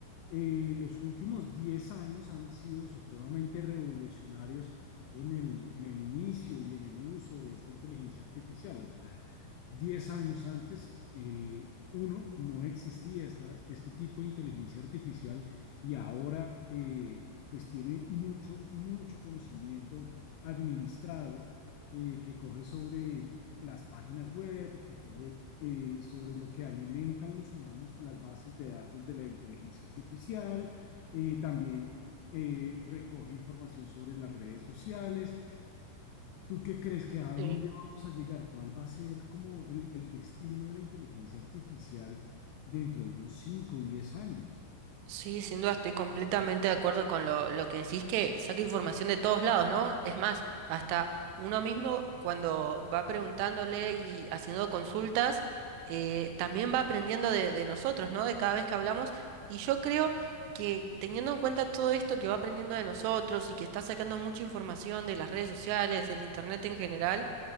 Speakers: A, on the left (about 90°); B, on the right (about 85°).
A: eh, los últimos 10 años han sido supremamente revolucionarios en el, en el inicio y en el uso de esta inteligencia artificial. O sea, 10 años antes, eh, uno, no existía esta- este tipo de inteligencia artificial y ahora, eh, pues tiene mucho, mucho conocimiento administrado eh, que coge sobre las páginas web, que coge eh, sobre lo que alimentan los humanos, las bases de datos de la inteligencia artificial, eh, también eh, recoge información sobre las redes sociales. ¿Tú qué crees que a dónde
B: Sí.
A: vamos a llegar? ¿Cuál va a ser como el, el destino de la inteligencia artificial dentro de unos 5 o 10 años?
B: Sí, sin duda estoy completamente de acuerdo con lo, lo que decís, que saca información de todos lados, ¿no? Es más, hasta uno mismo cuando va preguntándole y haciendo consultas, eh, también va aprendiendo de, de nosotros, ¿no? De cada vez que hablamos. Y yo creo que teniendo en cuenta todo esto que va aprendiendo de nosotros y que está sacando mucha información de las redes sociales, del internet en general,